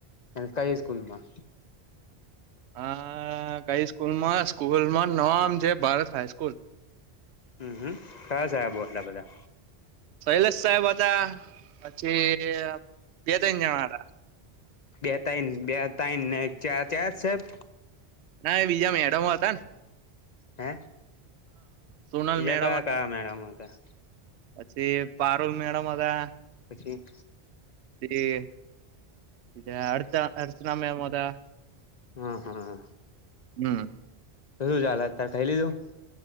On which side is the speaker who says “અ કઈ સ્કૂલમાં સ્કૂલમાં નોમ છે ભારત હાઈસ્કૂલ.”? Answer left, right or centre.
Right